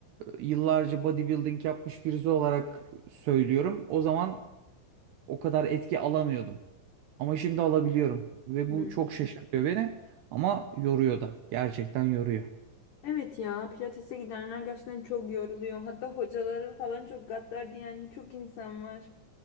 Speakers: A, on the right; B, on the left.
A: e, yıllarca bodybuilding yapmış birisi olarak söylüyorum. O zaman o kadar etki alamıyordum. Ama şimdi alabiliyorum ve
B: Hı.
A: bu çok şaşırtıyor beni ama yoruyor da. Gerçekten yoruyor.
B: Evet ya pilatese gidenler gerçekten çok yoruluyor. Hatta hocaları falan çok gaddar diyen çok insan var.